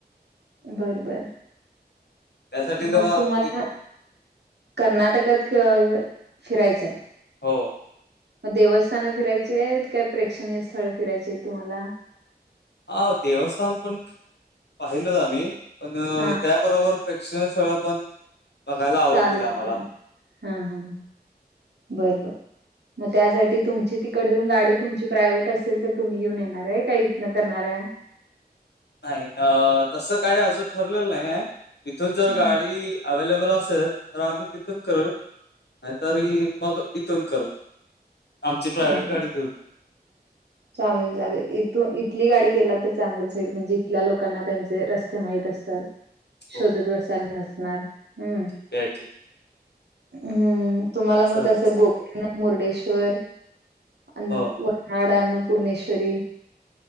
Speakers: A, on the right; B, on the left.
A: बर, बर.
B: त्यासाठी तेव्हा
A: मग तुम्हाला
B: ते
A: कर्नाटकात क फिरायचं आहे?
B: हो.
A: मग देवस्थान फिरायची आहेत काय प्रेक्षणीय स्थळ फिरायचे आहेत तुम्हाला?
B: हा देवस्थान पण पाहिलंच आम्ही, पण
A: हा
B: त्या बरोबर प्रेक्ष सह पण बघायला आवडतील
A: चालेल
B: आम्हाला.
A: तर ह ह बरबर. म त्यासाठी तुमची तिकडून गाडी तुमची प्रायव्हेट असेल तर तुम्ही घेऊन येणार आहे काय इथनं करणार आहे?
B: नाही अ तसं काही अजून ठरलेलं नाही आहे इथं जर
A: हं.
B: गाडी अवेलेबल असेल तर आम्ही तिथून करल नाही तर ही मग इथून कर. आमची प्रायव्हेट
A: हा हा
B: गाडी घेऊन ये. <inaudible>
A: चालेल चालेल. इथून इथली गाडी केला तर चांगलंच होईल म्हणजे इथल्या लोकांना त्यांचे रस्ते माहीत असतात.
B: <inaudible>
A: शोधत बसायला नसणार. हम्म,
B: ठीक आहे, ठीक आहे.
A: हम्म. तुम्हाला मग
B: चालेल,
A: तसं
B: चालेल.
A: गोकर्ण, मुर्डेश्वर अन्न
B: हो.
A: वर्हाड अन्न पूर्णेश्वरी